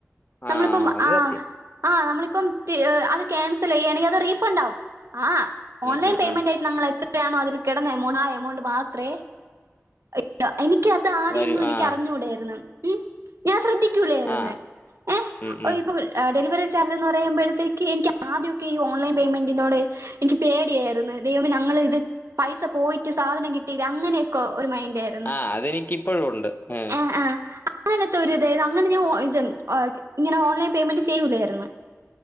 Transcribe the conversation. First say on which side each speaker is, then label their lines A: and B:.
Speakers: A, on the left; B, on the right.
A: ആ
B: നമ്മളിപ്പം
A: അത്
B: ആഹ്
A: സത്യം
B: ആഹ് നമ്മളിപ്പം അത് ക്യാൻസൽ ചെയ്യണെങ്കിൽ അത് റീഫണ്ടാവും ആഹ്
A: ഉം
B: ഓൺലൈൻ
A: ഉം
B: പേയ്മെന്റ്
A: ഉം
B: ആയിട്ട് ഞങ്ങൾ എത്രയാണോ അതിൽ കെടന്ന എമൗണ്ട് ആഹ് എമൗണ്ട് മാത്രേ <unintelligible> എനിക്ക് അത് ആദ്യൊന്നും
A: വരും
B: എനിക്ക്
A: ആഹ്
B: അറിഞ്ഞുടെരുന്നു ഞാൻ ശ്രദ്ധിക്കൂലേരുന്നു
A: ആഹ്
B: ഏഹ്
A: ഉം
B: <unintelligible>
A: ഉം
B: ആഹ് ഡെലിവറി ചാർജ് എന്ന് പറയുമ്പഴത്തേക്ക് എനിക്ക് ആദ്യൊക്കെ ഈ ഓൺലൈൻ പേയ്മെൻറ്റിനോട് എനിക്ക് പേടിയാര്ന്ന് ദൈവമേ ഞങ്ങള് ഇത് പൈസ പോയിട്ട് സാധനം കിട്ടില്ല അങ്ങനെയൊക്കോ ഒരു മൈൻറ്റാരുന്നു
A: ആഹ് അത് എനിക്കിപ്പഴും ഒണ്ട് ഉം
B: ആഹ് അങ്ങനത്തെ ഒരു ഇത് അങ്ങനെ ഞാൻ ഇത് എനിക്ക് ആഹ് ഇങ്ങനെ ഓൺലൈൻ പേമെന്റ് ചെയ്യൂലേരുന്ന്